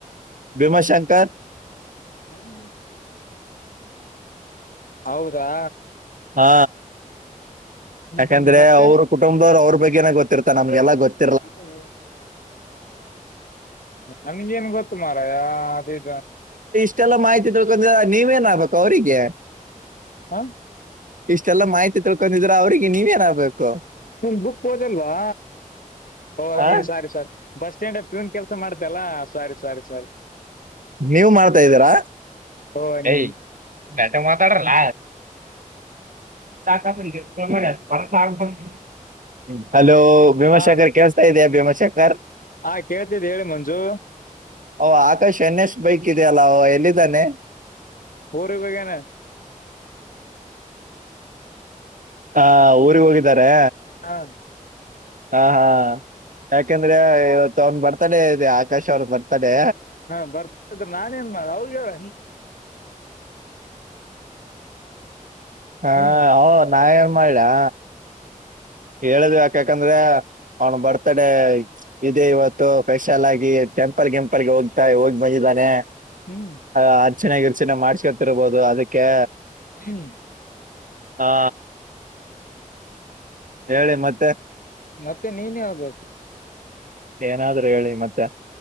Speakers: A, on the right (about 70°); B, on the left (about 85°).
A: ಭೀಮಾಶಂಕರ್
B: ಹ <unintelligible> ಹೌದಾ
A: ಹಾ
B: ಹ್ಮ್,
A: ಯಾಕಂದ್ರೆ
B: ಹ್ಮ್, ಮತ್ತೆ
A: ಅವ್ರ ಕುಟುಂಬದವ್ ಅವ್ರ ಬಗೆೇನ ಗೊತ್ತಿರುತ ನಮ್ಗೆಲ್ಲಾ ಗೊ <unintelligible>
B: <unintelligible> ನನ್ಗೇನ್ ಗೊತ್ತು ಮಾರಯ ಅ <unintelligible> <unintelligible>
A: ಇಷ್ಟೆಲ್ಲ ಮಾಹಿತಿ ತಿಳ್ಕೊಂಡ ನೀವೇನಾಗ್ಬೇಕು ಅವರಿಗೆ
B: ಹಾ
A: ಇಷ್ಟೆಲ್ಲ ಮಾಹಿತಿ ತಿಳ್ಕೊಂಡಿದ್ರೆ ಅವ್ರಿಗೆ ನೀವೇನ್ಬೇಕು
B: ನಿಮ್ ಬುಕ್ ಹೋದಲ್ವಾ ಹಓ
A: ಆ
B: ನೀನ್ ಸಾರಿ ಸಾರಿ ಬಸ್ ಸ್ಟ್ಯಾಂಡ್ ಪೂನ್ ಕೆಲಸ ಮಾಡ್ತಲ್ಲಾ ಸಾರಿ ಸವಾರಿ ಸಾರಿ
A: ನೀವ ಮಾಡ್ತಾದೀರಾ
B: ಓ ನೀನ್
A: ಏ ನೇಟಗ ಮಾತಾಡರಲ್ಲ ಚಕ ಬ ದ ಬರ ಬ ಲಾ ಬ <unintelligible> ಹಲೋ ಭೀಮಾಶಂಖರ್
B: ಹಾ
A: ಕೆೇಳ್ತಾ ಇದಯಾ ಭೀಮಾಶಂಖರ್
B: ಹಾ ಕೇಳ್ತಿದ್ ಹೇಳಿ ಮಂಜು
A: ಓ ಆಕಾಶ್ ಎನ್ ಎಸ್ ಬೈಕ್ ಇದೆಯಲ್ಲ ಅವ ಎಲ್ಲಿದ್ದಾನೆ
B: ಹೋರಿಗ ಹೋಗ್ಯಾನ.
A: ಹ ಊರಿಗ ಹೋಗಿದ್ದಾರೆ.
B: ಹಾ
A: ಹಾ ಹಾ ಯಾಕಂದ್ರೆ ಇವತ್ತು ಅವ್ನ್ ಬರ್ತಡೆ ಇದೆ ಆಕಾಶ್ ಅವ್ರದ ಬರ್ತಡೆ.
B: ಹಾ ಬರ್ತದ ನಾನೇಏನ್ ಮಾಡ ಅವಗ ಹೇಳ ನೀ.
A: ಹಾ
B: ಹ್ಮ್
A: ಹೌದು ನಾ ಏನ್ ಮಾಡಲಾ. ಹೇಳುದು ಯಾಕಕಂದ್ರೆ ಅವ್ನ ಬರ್ತ್ಡೇ. ಇದೆ ಇವತ್ತು ಪೆಷಲ್ ಆಗಿ ಟೆಂಪಲ್ ಗೆಂಪಲ್ಗೆ ಹೋಗ್ತಾ ಹೋಗಿ ಬಂದಿದ್ದಾನೆ.
B: ಹು.
A: ಅ ಅರ್ಚನೆ ಗಿರ್ಚನೆ ಮಾಡ್ಸ್ಕೊತಿರ್ಬೋದು ಅದಕ್ಕೆ.
B: ಹು.
A: ಹಾ
B: ಹೇಳಪ್ಪಿ
A: ಹೇಳಿ ಮತ್ತೆ
B: ಮತ್ತೆ ನೀನೇ ಹೇಳಬೇಕು.
A: ಏನಾದ್ರು ಹೇಳಿ ಮತ್ತೆ